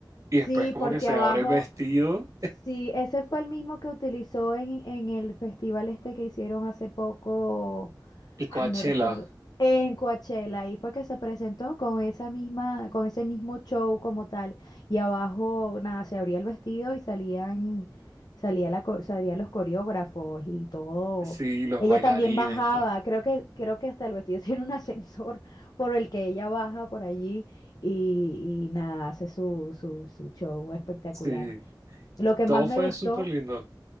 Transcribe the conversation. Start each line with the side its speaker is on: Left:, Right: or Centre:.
Right: Y
Left: Sí,
Right: después como
Left: porque
Right: que se
Left: abajo,
Right: abre el vestido
Left: sí, ese fue el mismo que utilizó en, en el festival este que hicieron hace poco
Right: y
Left: Ay,
Right: Coachella.
Left: no recuerdo. En Coachella, ahí fue que se presentó con esa misma, con ese mismo show como tal. Y abajo, nada, se abría el vestido y salían, salía la, co- salían los coreógrafos y todo.
Right: Sí, los
Left: Ella
Right: bailarines
Left: también bajaba,
Right: y todo.
Left: creo que, creo que hasta el vestido <laughs> tiene un ascensor por el que ella baja por allí y, y nada, hace su, su, su show espectacular.
Right: Sí,
Left: Lo que
Right: todo
Left: más me
Right: fue
Left: gustó,
Right: súper lindo.